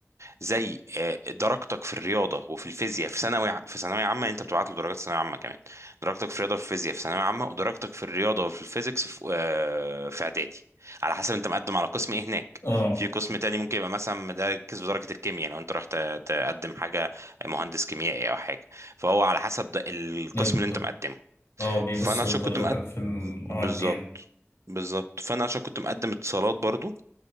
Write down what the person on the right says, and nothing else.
زي آه، درجتك في الرياضه وفي الفيزياء في ثانوي ع- في ثانويه عامه انت بتبعت له درجات ثانويه عامه كمان درجتك في الرياضه وفي الفيزياء في ثانويه عامه ودرجتك في الرياضه وفي الفيزيكس في آه، في اعدادي على حسب انت مقدم على قسم ايه هناك
في قسم تاني ممكن يبقى مثلا مركز في درجه الكيمياء لو انت رحت تقدم حاجه مهندس كيميائي او حاجه فهو على حسب ده القسم
اللي انت مقدمه
فانا عشان
كنت مقدم
بالظبط
بالظبط فانا عشان كنت مقدم اتصالات برضو